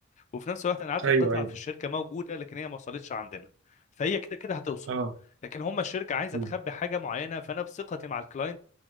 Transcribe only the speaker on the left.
وفي نفس الوقت انا عارف
القطعه
في الشركه موجوده لكن هي ما وصلتش عندنا فهي كده كده هتوصل
لكن هم الشركه عايزه
تخبي حاجه معينه فانا بثقتي مع الكلاينت